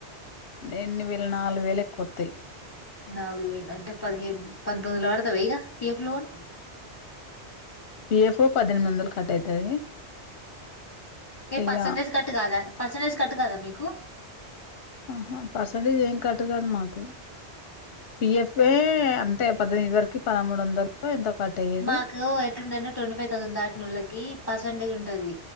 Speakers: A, on the left (about 65°); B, on the left (about 20°).
A: ఎన్ని వేల్ నాలుగు వేల కొత్తయ్
B: నాలుగు వేలు అంటే పదిహేను, పంతొమ్మిదిల పడతవీగ. పిఎఫ్ లోన
A: పిఎఫ్ఓ పద్దెనిమిది వందలు కట్ అయితది
B: ఏ
A: ఇక
B: పర్సంటేజ్ కట్టు కాదా పర్సంటేజ్ కట్టు కదా మీకు?
A: ఆహా పర్సంటేజ్ ఏం కట్ కాదు మాకు. పిఎఫ్ఏ అంతె పద్దెనిమిది వరకి పదమూడు వందల్ ఎంతో కట్ అయ్యేది
B: మాకు ఎట్లుంటంటే, ట్వంటీ ఫైవ్ థౌసండ్ దాటినోళ్ళకి పర్సంటేజ్ ఉంటది.